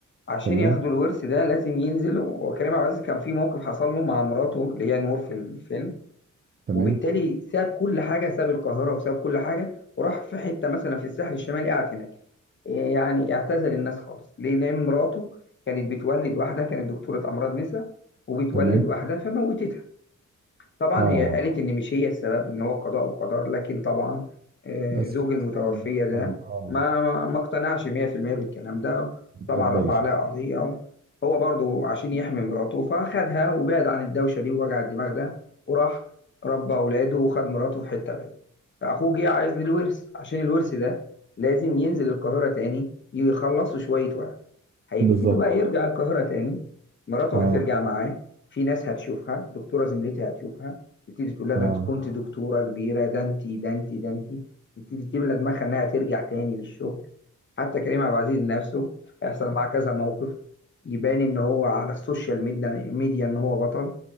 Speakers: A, on the left; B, on the right.
A: عشان
B: تمام
A: ياخدوا الورث ده لازم ينزلوا وكريم عبد العزيز كان في موقف حصل له مع مراته اللي هي نور في الفيلم
B: تمام
A: وبالتالي ساب كل حاجه ساب القاهره وساب كل حاجه وراح في حته مثلا في الساحل الشمالي قعد هناك إيه يعني اعتزل الناس خالص ليه لان مراته كانت بتولد واحده كانت دكتوره امراض نساء وبتولد
B: تمام
A: واحده فموتتها طبعا
B: اه
A: هي قالت ان مش هي السبب ان هو قضاء وقدر لكن طبعا آه،
B: بس
A: زوج
B: في ناس
A: المتوفية
B: ما
A: ده
B: اه اه
A: ما ما ما اقتنعش 100% بالكلام ده
B: ما
A: طبعا
B: بتقبلش
A: رفع عليها قضية هو برضو عشان يحمي مراته فخدها وبعد عن الدوشة دي ووجع الدماغ ده وراح ربى اولاده وخد مراته في حتة بعيدة فاخوه جه عايز الورث عشان الورث ده لازم ينزل القاهرة تاني يخلصوا شوية ورق هيبتدوا
B: بالظبط
A: بقى يرجع القاهرة تاني مراته
B: اه
A: هترجع معاه في ناس هتشوفها دكتوره زميلتي هتشوفها تبتدي تقول لها ده
B: اه
A: انت كنت دكتوره كبيره ده انت ده انت ده انت تبتدي تملى دماغها انها ترجع تاني للشغل حتى كريم عبد العزيز نفسه هيحصل معاه كذا موقف يبان ان هو على السوشيال ميديا ميديا ان هو بطل